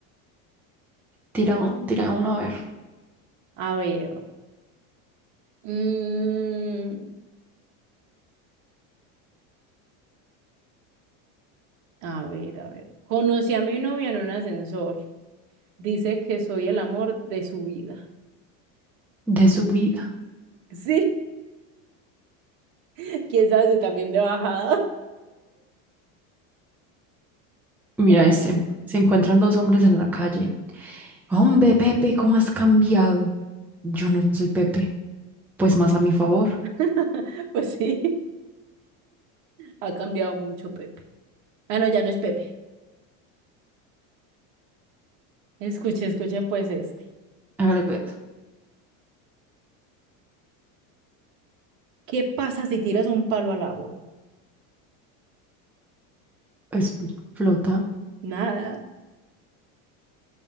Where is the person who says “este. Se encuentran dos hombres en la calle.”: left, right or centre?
Centre